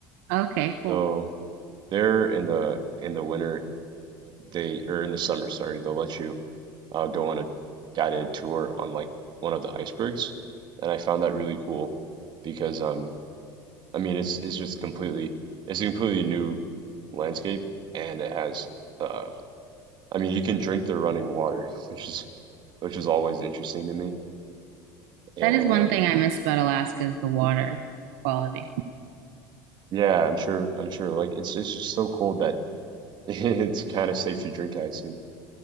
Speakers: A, on the right; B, on the right.
A: Okay, cool.
B: So there in the in the winter they or in the summer, sorry, they'll let you uh, go on a guided tour on like one of the icebergs, and I found that really cool because um I mean it's it's just completely it's a completely new landscape and it has uh I mean you can drink the running water <laughs> which is which is always interesting to me and
A: That is one thing I miss about Alaska is the water quality.
B: yeah I'm sure I'm sure like it's it's just so cold that <laughs> it's kind of safe to drink I assume